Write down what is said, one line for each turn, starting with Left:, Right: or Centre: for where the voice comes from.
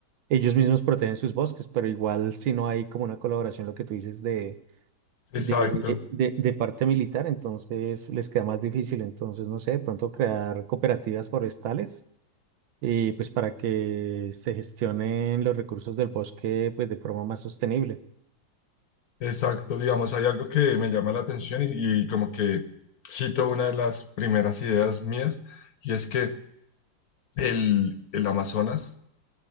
Right: ellos mismos protegen sus bosques, pero igual si no hay como una colaboración, lo que tú dices de,
Left: Exacto,
Right: de, de, de parte militar, entonces les queda más difícil. Entonces, no sé, de pronto crear cooperativas forestales y pues para que se gestionen los recursos del bosque pues de forma más sostenible.
Left: exacto. Digamos, hay algo que me llama la atención y, y como que cito una de las primeras ideas mías y es que el, el Amazonas